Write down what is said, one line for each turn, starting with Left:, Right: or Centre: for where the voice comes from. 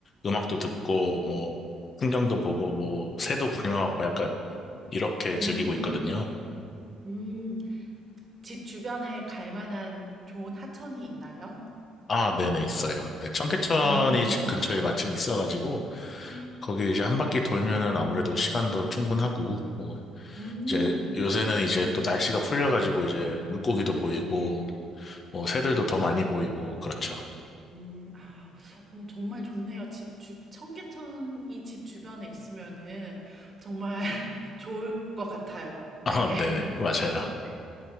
Left: 음악도 듣고 뭐 풍경도 보고 뭐 새도 구경하고 약간 이렇게
Right: 음,
Left: 즐기고 있거든요.
Right: 음. 집 주변에 갈 만한 좋은 하천이 있나요?
Left: 아, 네네, 있어요. 네, 청계천이
Right: 음,
Left: 집 근처에 마침 있어가지고
Right: 음,
Left: 거기 이제 한 바퀴 돌면은 아무래도 시간도 충분하고 뭐
Right: 음.
Left: 이제 요새는 이제 또 날씨가 풀려가지고 이제 물고기도 보이고
Right: 네,
Left: 뭐 새들도
Right: 네.
Left: 더 많이 보이고 그렇죠. <laughs>
Right: 음, 아, 어, 정말 좋네요. 집 주, 청계천이 집 주변에 있으면은 정말 <laughs> 좋을 것 같아요. 네.
Left: 아,
Right: <laughs>
Left: 네, 맞아요.
Right: 네.